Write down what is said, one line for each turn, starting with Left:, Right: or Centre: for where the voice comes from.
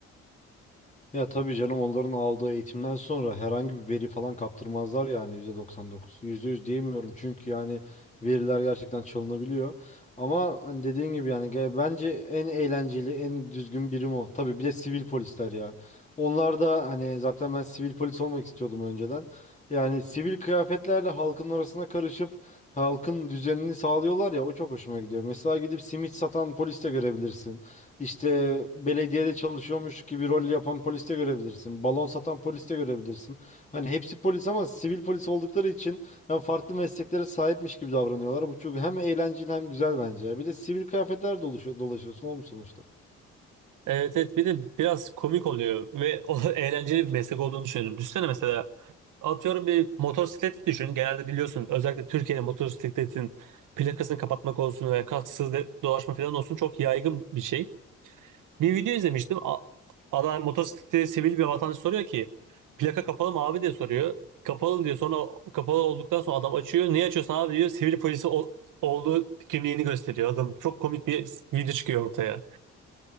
Left: Ya tabii canım onların aldığı eğitimden sonra herhangi bir veri falan kaptırmazlar yani %99. %100 diyemiyorum çünkü yani veriler gerçekten çalınabiliyor. Ama hani dediğin gibi yani ge- bence en eğlenceli, en düzgün birim o. Tabii bir de sivil polisler ya. Onlar da hani zaten ben sivil polis olmak istiyordum önceden. Yani sivil kıyafetlerle halkın arasına karışıp halkın düzenini sağlıyorlar ya o çok hoşuma gidiyor. Mesela gidip simit satan polis de görebilirsin. İşte belediyede çalışıyormuş gibi rol yapan polis de görebilirsin. Balon satan polis de görebilirsin. Hani hepsi polis ama sivil polis oldukları için ya farklı mesleklere sahipmiş gibi davranıyorlar. Bu çok hem eğlenceli hem güzel bence. Bir de sivil kıyafetler dolaşıyor, dolaşıyorsun oğlum sonuçta.
Right: Evet evet bir de biraz komik oluyor ve o <laughs> eğlenceli bir meslek olduğunu düşünüyorum. Düşünsene mesela atıyorum bir motosikleti düşün. Genelde biliyorsun özellikle Türkiye'de motosikletin plakasını kapatmak olsun veya kasksız de- dolaşma falan olsun çok yaygın bir şey. Bir video izlemiştim. A- Adam motosiklette sivil bir vatandaş soruyor ki plaka kapalı mı abi diye soruyor. Kapalı diyor. Sonra o- kapalı olduktan sonra adam açıyor. Niye açıyorsun abi diyor. Sivil polisi ol- olduğu kimliğini gösteriyor. Adam çok komik bir video çıkıyor ortaya.